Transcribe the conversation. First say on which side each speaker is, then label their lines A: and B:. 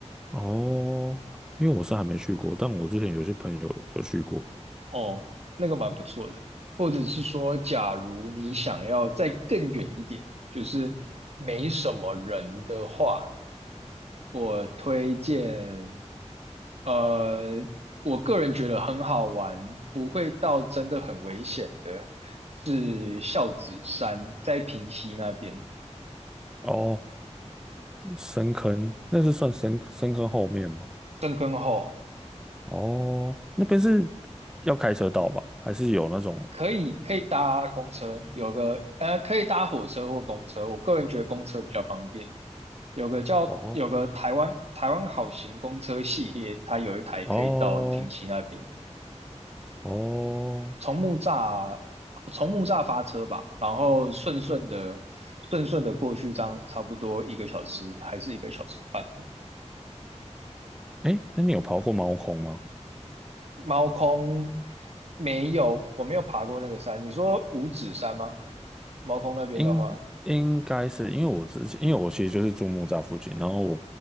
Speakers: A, in the centre; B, on the right.
A: 哦，因为我是还没去过，但我之前有些朋友有去过。
B: 哦，那个蛮不错的。或者是说，假如你想要再更远一点，就是没什么人的话，我推荐，呃，我个人觉得很好玩，不会到真的很危险的，是孝子山，在平溪那边，
A: 哦，深坑，那是算深深坑后面吗？
B: 深坑后
A: 哦，那边是要开车到吧？还是有那种？
B: 可以可以搭公车，有个呃可以搭火车或公车，我个人觉得公车比较方便，有个叫有个台湾台湾好行公车系列，
A: 哦
B: 它有一台可以到平溪那边，
A: 哦哦，
B: 从木栅从木栅发车吧，然后顺顺的顺顺的过去，这样差不多一个小时还是一个小时半的。
A: 哎，那你有跑过猫空吗？
B: 猫空没有，我没有爬过那个山。你说五指山吗？猫空那边的话
A: 应应该是因为我之前，因为我其实就是住木栅附近，然后我